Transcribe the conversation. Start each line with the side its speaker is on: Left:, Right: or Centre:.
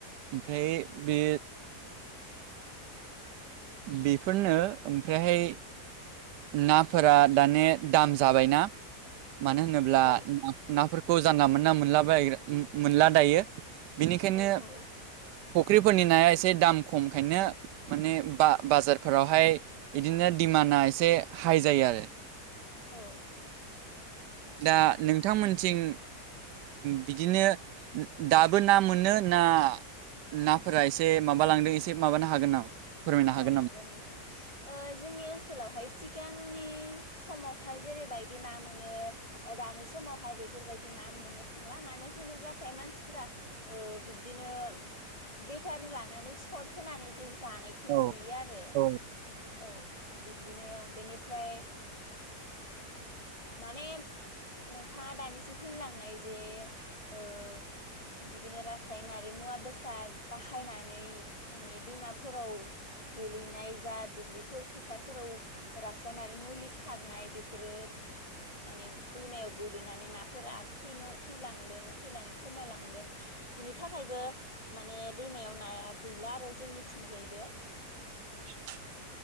Right: ओमफ्राय बे बेफोरनो ओमफ्रायहाय नाफोरा दाने दाम जाबायना मानो होनोब्ला
Left: औ
Right: नाफोरखौ जानला मोनना मोनलाबाय मोनला दायो बेनिखायनो
Left: औ औ
Right: फुख्रिफोरनि नाया एसे दाम खमखायनो माने ब बाजारफोरावहाय बिदिनो दिडिमान्डआ एसे हाइ जायो आरो
Left: औ
Right: दा नोंथांमोनथिं बिदिनो दाबो ना मोनो ना नाफोरा एसे माब लांदों एसे माबानो हागोन नामा फोरमायनो
Left: औ हागोन
Right: नामा?
Left: नोंथां जोंनि ओनसोलावहाय सिगांनि समावहाय जेरैबायदि ना मोनो दानि समावहाय बेफोरबायदि ना मोननो थांला मानो होनोब्लाथाय मानसिफोरा बिब्दिनो बेटारि लानानै सर्ट होनानैबो जानायखौ खौ नुयो
Right: औ
Left: आरो
Right: औ
Left: औ बिब्दिनो बेनिफ्राय माने नोंथाङा दानिसो होनलांनाय जे बिदिनो रासायनारि मुवा बेसाद बाहायनानै माने दैमाफोराव गोलैनाय जा दुब्लिफोर फोथारफोराव रासायनारि मुलि सारनाय बेफोरो माने दैमायाव गोलैनानै नाफोरा थैनो थैलांदों थैनानै खमायलांदों बिनि थाखायबो माने दैमायाव नाया गैला आरो जोंनिथिंजायबो
Right: <unintelligible>